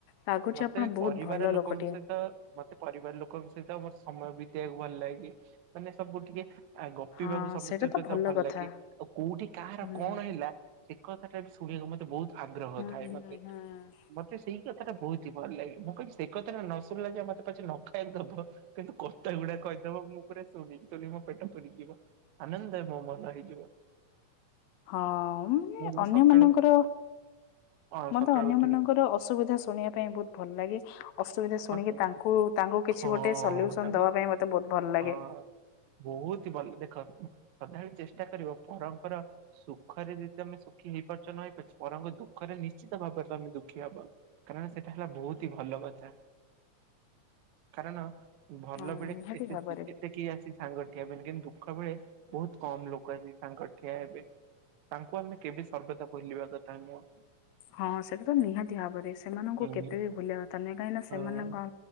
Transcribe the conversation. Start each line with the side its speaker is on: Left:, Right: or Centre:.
Left: ଲାଗୁଛି
Right: ମତେ
Left: ଆପଣ ବହୁତ
Right: ପରିବାର
Left: ଭଲ
Right: ଲୋକଙ୍କ
Left: ଲୋକଟିଏ
Right: ସହିତ ମତେ ପରିବାର ଲୋକଙ୍କ ସହିତ ମୋର ସମୟ ବିତେଇବାକୁ ଭଲ ଲାଗେ ମାନେ ସବୁ ଟିକେ ଆଉ ଗପିବାକୁ
Left: ହଁ
Right: ସମସ୍ତଙ୍କ
Left: ସେଇଟା ତ
Right: ସହିତ ଭଲ
Left: କଥା
Right: ଲାଗେ ଆଉ କୋଉଠି କାହାର
Left: ହୁଁ
Right: କଣ ହେଲା ସେ କଥାଟା ବି ଶୁଣିବାକୁ ମତେ ବହୁତ ଆଗ୍ରହ
Left: ହୁଁ
Right: ଥାଏ ମତେ
Left: ହୁଁ ହୁଁ
Right: ମ ତେ ସେଇ କଥାଟା ବହୁତ ହି ଭଲ ଲାଗେ ମୁଁ କହିମି ସେ କଥାଟା ନ ଶୁଣିଲା ଯେ ମତେ ପଛେ ନଖାଇ ବା ଦବ କିନ୍ତୁ କଥା ଗୁଡାକ କହିଦବ ମୁଁ ପୁରା ଶୁଣିକିଲିି ମୋ ପେଟ ଫୁରିଯିବ ଆନନ୍ଦ ମୋ ମନ ହେଇଯିବ
Left: ହଁ ମ୍ ଏ
Right: ମୁଁ ମୁଁ
Left: ଅନ୍ୟ
Right: ସକାଳୁ
Left: ମାନଙ୍କର
Right: ହଁ
Left: ମତେ
Right: ସକାଳୁ
Left: ଅନ୍ୟ
Right: ଉଠିକି
Left: ମାନଙ୍କର ଅସୁବିଧା ଶୁଣିବା ପାଇଁ ବହୁତ ଭଲ ଲାଗେ ଅସୁବିଧା ଶୁଣିକି
Right: ମତେ
Left: ତାଙ୍କୁ ତାଙ୍କୁ କିଛି
Right: ହଁ
Left: ଗୋଟେ ସଲ୍ୟୁସନ
Right: ତାଙ୍କୁ
Left: ଦବା ପାଇଁ ମତେ ବହୁତ ଭଲ ଲାଗେ।
Right: ହଁ ବହୁତ ଭଲ ଦେଖ ସଦାବେଳେ ଚେଷ୍ଟା କରିବ ପରଙ୍କର ସୁଖରେ ଯଦି ତମେ ସୁଖୀ ହେଇପାରୁଛ ନ ହେଇପାରୁଛ ବରଂ ଦୁଃଖରେ ନିଶ୍ଚିତ ଭାବରେ ତମେ ଦୁଃଖୀ ହବ। କାରଣ ସେଟା ହେଲା ବହୁତ ହି ଭଲ କଥା। କାରଣ ଭଲ
Left: ହଁ
Right: ବେଳେ
Left: ନିହାତି
Right: କେତେ
Left: ଭାବରେ
Right: ଏତେ କେହି ଆସି ସାଙ୍ଗ ଠିଆ ହେବେନି କିନ୍ତୁ ଦୁଃଖ ବେଳେ ବହୁତ କମ୍ ଲୋକ ଆସି ସାଙ୍ଗ ଠିଆ ହେବେ। ତାଙ୍କୁ ଆମେ କେବେ ସର୍ବଦା ବୁଲିବା କଥା ନୁହଁ।
Left: ହଁ ସେଟା ତ ନିହାତି ଭାବରେ ସେମାନଙ୍କୁ
Right: ହୁଁ
Left: କେବେ ବି ଭୁଲିବା କଥା ନହିଁ କାହିଁକି ନା
Right: ହଁ
Left: ସେମାନଙ୍କ